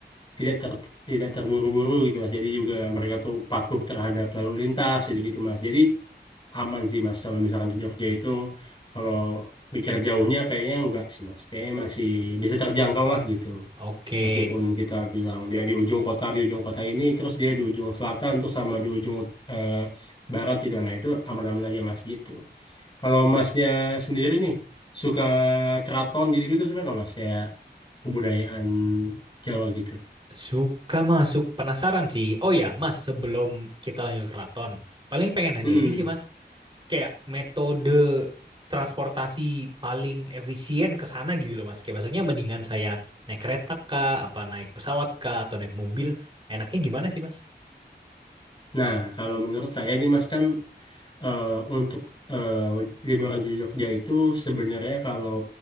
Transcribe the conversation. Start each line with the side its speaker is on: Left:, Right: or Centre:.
Left: tidak ter, tidak terburu-buru gitu, Mas. Jadi juga mereka tuh patuh terhadap lalu lintas gitu-gitu, Mas. Jadi aman sih mas kalau misalkan ke Jogja itu kalau mikir jauhnya kayaknya enggak sih mas kayaknya masih bisa terjangkau lah gitu
Right: oke.
Left: meskipun kita bilang dia di ujung kota di ujung kota ini terus dia di ujung selatan terus sama di ujung eh, barat gitu nah itu aman-aman aja mas gitu kalau masnya sendiri nih suka keraton gitu-gitu suka nggak mas kayak kebudayaan Jawa gitu
Right: Suka masuk penasaran sih. Oh ya, Mas, sebelum kita lanjut ke keraton, paling pengen nanya
Left: Hmm.
Right: ini sih, Mas. Kayak metode transportasi paling efisien ke sana gitu loh, Mas. Kayak maksudnya mendingan saya naik kereta kah, apa naik pesawat kah, atau naik mobil. Enaknya gimana sih, Mas?
Left: Nah, kalau menurut saya nih Mas kan eh, untuk eh, liburan di Jogja itu sebenarnya kalau